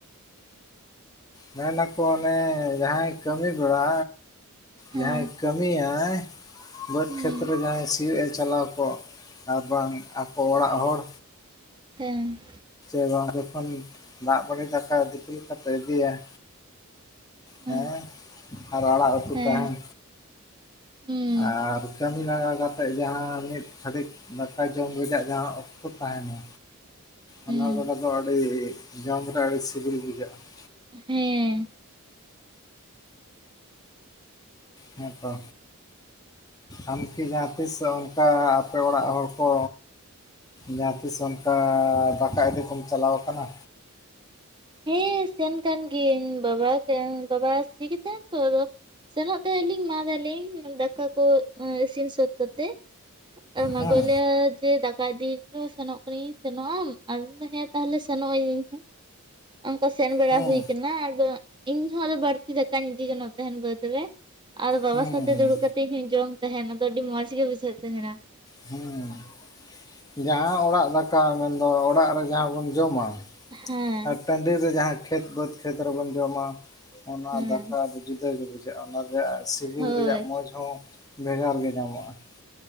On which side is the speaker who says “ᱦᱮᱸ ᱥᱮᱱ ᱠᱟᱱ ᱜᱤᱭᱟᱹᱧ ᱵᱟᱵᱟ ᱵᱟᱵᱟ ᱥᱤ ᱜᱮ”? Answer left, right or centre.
Right